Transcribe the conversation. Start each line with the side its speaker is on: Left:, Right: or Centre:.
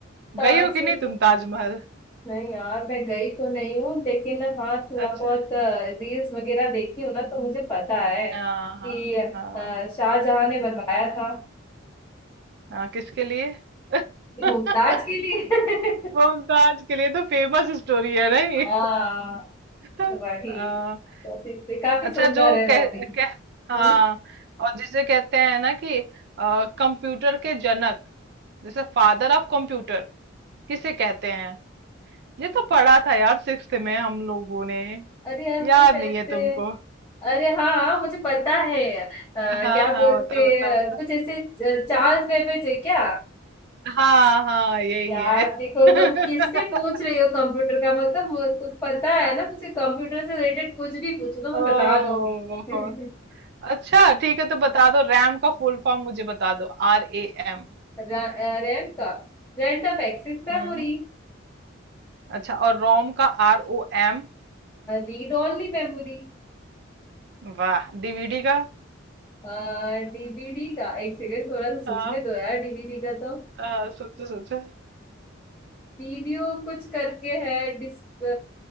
Left: ताजमहल
Right: गई हो कि नहीं तुम ताजमहल
Left: नहीं यार मैं गई तो नहीं हूँ लेकिन हाँ थोड़ा
Right: अच्छा
Left: बहुत रील्स वगैरह देखी हूँ ना तो मुझे पता है
Right: हाँ हाँ
Left: कि अ,
Right: हाँ
Left: शाहजहां ने बनवाया था
Right: हाँ किसके लिए <laughs>
Left: कि मुमताज के लिए <laughs>
Right: मुमताज के लिए तो फेमस स्टोरी है नहीं
Left: हाँ
Right: <laughs>
Left: वही
Right: हाँ
Left: तो इससे काफी
Right: अच्छा
Left: सुंदर
Right: जो
Left: है वो
Right: कह
Left: भी
Right: कह हाँ
Left: हम्म
Right: और जिसे कहते हैं ना कि अ, कंप्यूटर के जनक जैसे फादर ऑफ कंप्यूटर किसे कहते हैं ये तो पढ़ा था यार सिक्स्थ में हम लोगों ने
Left: अरे यार
Right: याद
Left: कुछ ऐसे
Right: नहीं है तुमको
Left: अरे हाँ हाँ, मुझे पता है अ,
Right: हाँ
Left: क्या
Right: हाँ
Left: बोलते
Right: होता होता होता
Left: अ, कुछ ऐसे च- चार्ल्स बेबेज है क्या
Right: हाँ हाँ यही
Left: यार
Right: है
Left: देखो
Right: <laughs>
Left: तुम किससे पूछ रही हो कंप्यूटर का मतलब मु- तुम पता है ना मुझे कंप्यूटर से रिलेटेड कुछ भी पूछ दो मैं
Right: ओ
Left: बता दूंगी
Right: बहुत
Left: <laughs>
Right: अच्छा ठीक है तो बता दो रैम का फुल फॉर्म मुझे बता दो आर ए एम
Left: रा- रैम का random access memory
Right: हम्म अच्छा और रोम का आर ओ एम
Left: Read only memory
Right: वाह डीवीडी का
Left: <laughs> DVD का एक सेकेंड थोड़ा सा सोचने
Right: हाँ।
Left: दो यार डीवीडी का तो
Right: हाँ सोचो सोचो
Left: वीडियो कुछ करके है डिस अ,